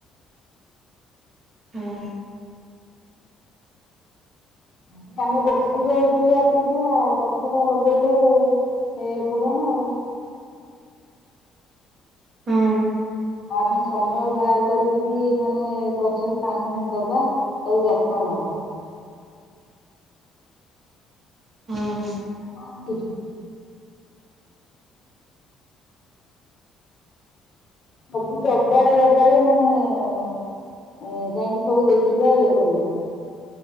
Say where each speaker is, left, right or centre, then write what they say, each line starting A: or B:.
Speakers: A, on the right; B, on the left.
A: ହଁ।
B: ତାପରେ ଆମେ ବସିବା ଉଠିବା ଅପେକ୍ଷା ଗଛଟା ଲଗେଇଲେ ଏ ଭଲ ନା ଆଉ।
A: ହଁ।
B: ଆମେ ସମୟ ବାହାର କରିକି ବି ମାନେ ଗଛରେ ପାଣି ଫାଣି ଦବା ଆଉ ଯତ୍ନ ନବା
A: ହଁ। ହଁ।
B: ଆ କଣ କହୁଛୁ ସବୁ ରବିବାରେ ରବିବାରେ ମାନେ ଏ ଯାଇକି ସବୁ ଦେଖିବା ଇଏ କରିବା